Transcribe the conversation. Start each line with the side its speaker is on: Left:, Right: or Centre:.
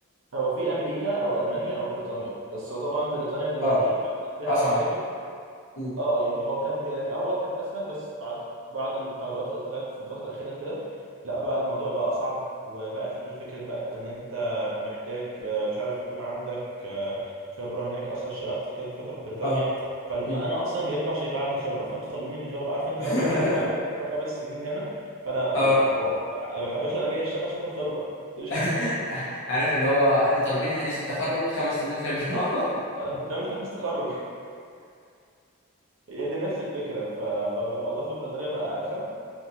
Right: هو في أمريكا أو ألمانيا أو بريطانيا بس هو طبعا بريطانيا دلوقتي
Left: اه
Right: حصل فيها
Left: اصعب
Right: مشاكل
Left: مم.
Right: اه يعني هو كانت هي الاول كانت اسهل بس بعد بعد القرارات اللي طلعت في الفتره الاخيره كده لا بقى الموضوع بقى اصعب وبقى في فكره بقى ان انت محتاج آه، مش عارف يكون عندك آه، خبره هناك اصلا اشتغلت في كذا فتره في بريطانيا
Left: اه
Right: فاللي
Left: مم.
Right: هو انا اصلا جاي لكم عشان يبقى عندي خبره فانتوا طالبين مني خبره عارف انت
Left: <laughs>
Right: لما يقول لك أنا عايز خبرة خمس سنين هنا فانا و-
Left: اه
Right: و- و- يا باشا انا جاي اشتغل عشان اخد خبره دي مش
Left: <laughs>
Right: خبره خمس سنين
Left: عارف اللي هو احنا طالبين حديث التخرج خمس سنين خبرة <laughs>
Right: <laughs> ده مش حديث تخرج هي دي نفس الفكره ف- فبقى الموضوع في بريطانيا بقى ارخم